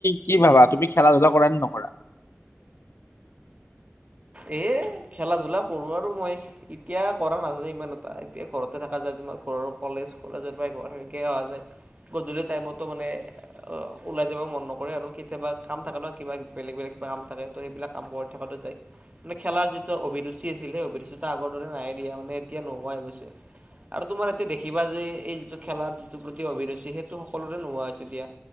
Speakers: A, on the left; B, on the right.
A: কি ভাবা তুমি খেলা-ধূলা কৰা নে নকৰা?
B: এ, খেলা-ধূলা কৰো আৰু মই, এতিয়া কৰা নাযায় ইমান এটা, এতিয়া ঘৰতে থাকা যায়। তোমাৰ ঘৰৰ কলেজ, কলেজৰ পৰা ঘৰ সেনেকে অহা যায়। গধূলি টাইমতো মানে ওলাই যাব মন নকৰে আৰু কেতিয়াবা কাম থাকে ন' কিবা বেলেগ বেলেগ কিবা কাম থাকে ত' সেইবিলাক কাম কৰি থকোতে যায়। নে খেলাৰ যিটো অভিৰুচি আছিলে, সেই অভিৰুচিটো আগৰ দৰে নায়েই দিয়া। মানে এতিয়া নোহোৱা হৈ গৈছে আৰু তোমাৰ এতিয়া দেখিবা যে এ এই যিটো খেলাৰ যিটো প্ৰতি অভিৰুচি সেইটো সকলোৰে নোহোৱা হৈছে দিয়া।